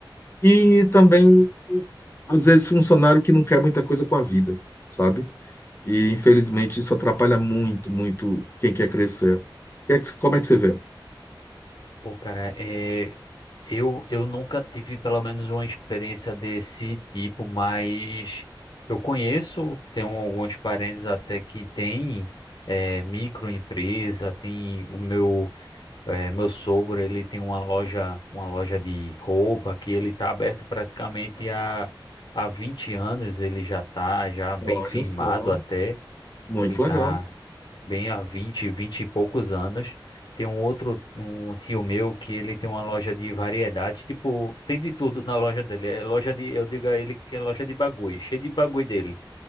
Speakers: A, on the left (about 30°); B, on the left (about 60°).
A: e também, às vezes, funcionário que não quer muita coisa com a vida, sabe? E infelizmente isso atrapalha muito, muito quem quer crescer. Que é que- Como é que você vê?
B: Pô, cara, é... eu, eu nunca tive pelo menos uma experiência desse tipo, mas eu conheço, tenho alguns parentes até que têm é, microempresa, tem o meu, é, meu sogro, ele tem uma loja, uma loja de roupa que ele está aberto praticamente há, há 20 anos, ele já está já bem
A: Olha
B: firmado
A: só,
B: até.
A: muito
B: Ele tá
A: legal.
B: bem há vinte vinte e poucos anos. Tem um outro, um tio meu que ele tem uma loja de variedades, tipo, tem de tudo na loja dele. É loja de, eu digo a ele que é loja de bagulho, cheio de bagulho dele.